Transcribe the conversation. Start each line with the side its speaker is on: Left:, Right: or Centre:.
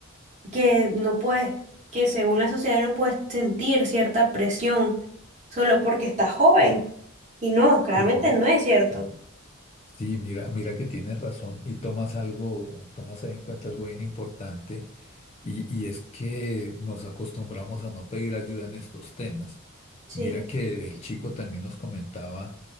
Right: que no puedes, que según la sociedad no puedes sentir cierta presión solo porque estás joven. Y no, claramente
Left: Sí,
Right: no es cierto.
Left: sí. Sí, mira, mira que tienes razón y tomas algo, tomas en cuenta algo bien importante y, y es que nos acostumbramos a no pedir ayuda en estos temas.
Right: Sí,
Left: Mira que el chico también nos comentaba